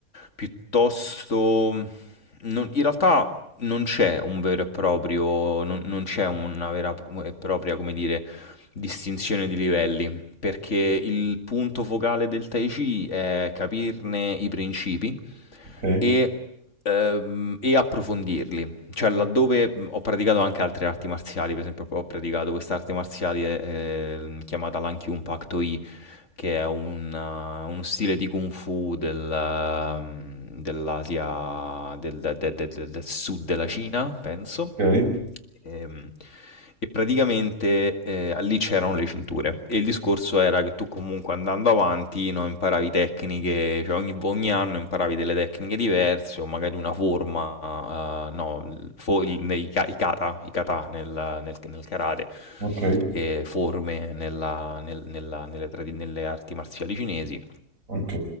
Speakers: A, on the left; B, on the right.
A: piuttosto... non- in realtà non c'è un vero e proprio, non, non c'è una vera e propria, come dire, distinzione di livelli, perché il punto focale del Tai Chi è capirne i principi
B: ok,
A: e, ehm, e approfondirli. Cioè, laddove mh, ho praticato anche altre arti marziali, per esempio, ho praticato quest'arte marziale ehm, chiamata l'Ankyun Pak Do che è un, eh, uno stile di Kung Fu del, ehm, dell'Asia, del, de- de- de- de- del sud della Cina, penso.
B: ok,
A: Ehm, E, praticamente eh, lì c'erano le cinture. E il discorso era che tu comunque andando avanti no, imparavi tecniche, cioè ogni, ogni anno imparavi delle tecniche diverse o magari una forma, eh, no, il fo- il- nei, ca- i kata, i kata nel nel- nel karate
B: ok,
A: eh, forme nella- nel- nella- nelle, tradi- nelle arti marziali cinesi.
B: ok,